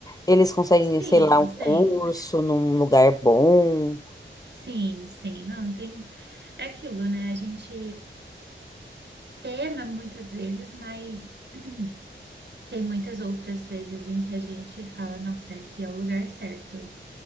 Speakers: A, on the left; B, on the right.
A: eles conseguem,
B: Sim,
A: sei lá, um curso
B: sempre.
A: num lugar bom.
B: Sim, sim, não tem. É aquilo, né? A gente pena muitas vezes, mas <clears throat> Tem muitas outras vezes em que a gente fala, nossa, é aqui é o lugar certo,